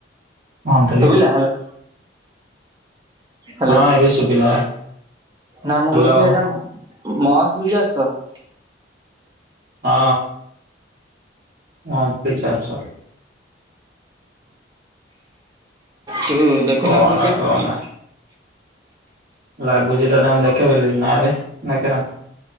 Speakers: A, on the right (about 50°); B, on the right (about 20°).
A: ମନ୍ଥଲି
B: ଶୁଭିଲା ହ୍ୟାଲୋ। ହ୍ୟାଲୋ
A: ହଁ ଏବେ ଶୁଭିଲା
B: ନା
A: ହ୍ୟାଲୋ।
B: ମୁଁ କହୁଥିଲି ଏଟା ମନ୍ ଦୁଇ ଚାରିଶହ।
A: ହଁ। ହ ଦୁଇ ଚାରିଶହ।
B: ତୁ ଦେଖୁନା
A: କହନା
B: କ୍ରିକେଟ।
A: କହନା ଲାଗୁଛି ତ ତାଙ୍କୁ ଦେଖେବ ନା ଏବେ ଦେଖନା।